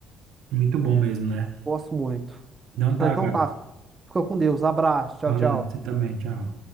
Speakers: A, on the right (about 75°); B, on the right (about 30°).
A: Muito bom mesmo, né?
B: Gosto muito.
A: Não tá,
B: Não, então
A: cara.
B: tá. Fica com Deus. Abraço. Tchau,
A: Valeu,
B: tchau.
A: você também, tchau.